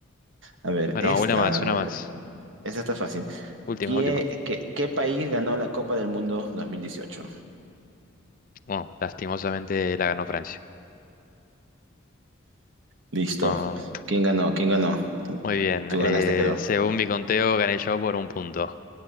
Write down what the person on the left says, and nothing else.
Bueno,
una más, una más.
Última,
última.
Bueno, lastimosamente la ganó Francia.
Ah,
muy bien.
Eh,
según mi conteo, gané yo por un punto.